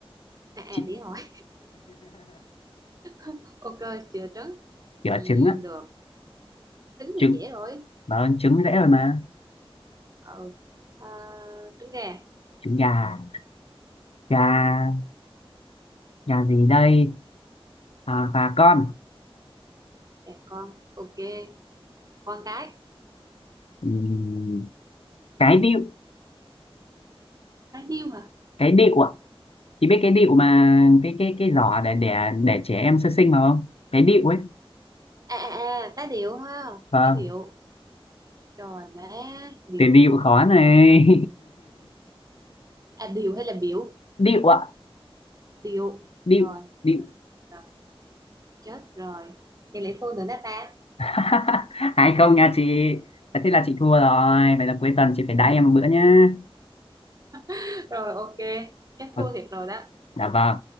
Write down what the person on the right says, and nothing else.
à, à
để hỏi <laughs> ok chữa trứng
ừ,
được trứng
thì dễ rồi
ờ à, trứng gà
gà con ok con cái
cái điêu hả
à à à tá điệu ha
tá điệu trời má điệu
à điệu hay là biểu
điệu
rồi
rồi chết rồi thì lại thua nữa đó ta
<laughs> rồi ok chắc
thua thiệt rồi đó